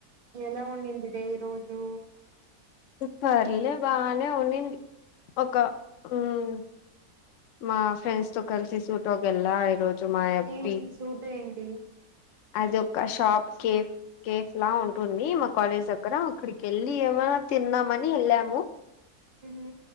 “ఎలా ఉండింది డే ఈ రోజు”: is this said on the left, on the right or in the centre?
Right